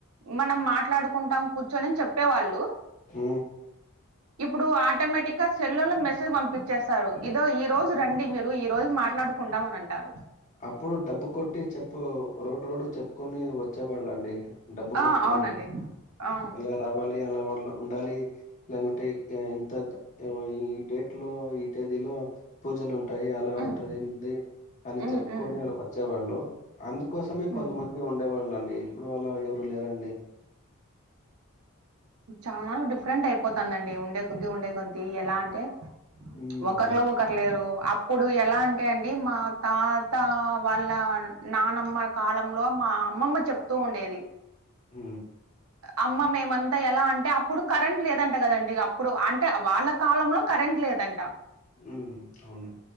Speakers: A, on the right (about 90°); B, on the left (about 35°).
A: మనం మాట్లాడుకుంటాం కూర్చొని అని చెప్పేవాళ్ళు
B: ఊ
A: ఇప్పుడు ఆటోమేటిక్ గా సెల్లో మెసేజ్ పంపించేస్తారు. ఇదో ఈ రోజు రండి మీరు ఈ రోజు మాట్లాడుకు కుంటాం అనంటారు
B: అప్పుడు డప్పు కొట్టి చెప్పు రోడ్ రోడ్ చెప్పుకొని వచ్చేవాళ్ళండి డబ్బు
A: ఆ
B: కొట్టుకొని
A: అవునండి ఆ,
B: అలా రావాలి అలా ఉండాలి ఒకటే ఇంత ఈ డేట్ లో ఈ తేదీలో పూజలుంటాయి అలా
A: ఉమ్,
B: ఉంటాయేంది
A: ఉమ్,
B: చెప్పుకొలేరు
A: ఉమ్,
B: వచ్చేవాళ్ళు అందుకోసమే
A: ఉమ్.
B: కొంతమం ఉండేవాళ్ళండి ఇప్పుడు అలా ఎవరు లేరండి
A: చానా డిఫరెంట్ అయిపోతందండి ఉండే కొద్ది ఉండే కొద్ది ఎలా అంటే
B: హ్మ్.
A: ఒకరిలో ఒకరు లేరు అప్ అప్పుడు ఎలా అంటే అండి మా తాత వాళ్ళ నానమ్మ కాలంలో మా అమ్మమ్మ చెప్తూ ఉండేది.
B: ఊ
A: అమ్మ మేమంతా ఎలా అంటే అప్పుడు కరెంట్ లేదంట కదండి అప్పుడు అంటే వాళ్ళక్ కాలంలో కరెంట్ లేదంట
B: ఉ అవును